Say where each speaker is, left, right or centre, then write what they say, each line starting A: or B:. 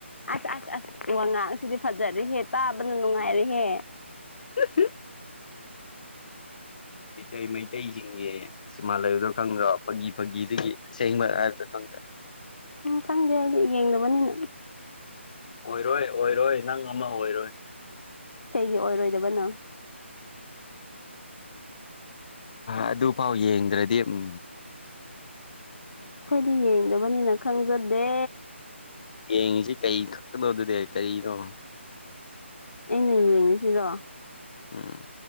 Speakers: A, on the left; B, on the left.
A: ꯑꯁ ꯑꯁ ꯑꯁ ꯋꯥ ꯉꯥꯡꯁꯤꯗꯤ ꯐꯖꯔꯤꯍꯦ ꯇꯥꯕꯅ ꯅꯨꯡꯉꯥꯏꯔꯤꯍꯦ
B: ꯎ ꯃꯩꯇꯩ ꯃꯩꯇꯩꯁꯤꯡꯒꯤ ꯁꯤꯃꯥ ꯂꯩꯗꯥ ꯈꯪꯗ꯭ꯔ ꯐꯥꯒꯤ ꯐꯥꯒꯤ ꯁꯤꯒꯤ ꯁꯦꯡ ꯃꯔ ꯍꯥꯏꯕꯗ ꯈꯪꯗ꯭ꯔ
A: ꯆꯪꯗꯦ ꯍꯥꯏꯗꯤ ꯌꯦꯡꯅꯕꯅꯤꯅ
B: ꯑꯣꯏꯔꯣꯏ ꯑꯣꯏꯔꯣꯏ ꯅꯪ ꯑꯃ ꯑꯣꯏꯔꯣꯏ
A: ꯒꯤ ꯑꯣꯏꯔꯣꯏꯗꯕꯅ
B: ꯑꯗꯨꯐꯥꯎ ꯌꯦꯡꯗ꯭ꯔꯗꯤ ꯎꯝ
A: ꯑꯩꯈꯣꯏꯗꯤ ꯌꯦꯡꯗꯕꯅꯤꯅ ꯈꯪꯖꯗꯦ
B: ꯌꯦꯡꯉꯤꯁꯤ ꯀꯩ ꯈꯛꯇꯅꯣ ꯑꯗꯨꯗꯤ ꯀꯔꯤꯅꯣ
A: ꯑꯩꯅ ꯌꯦꯡꯉꯤꯁꯤꯔꯣ
B: ꯎꯝ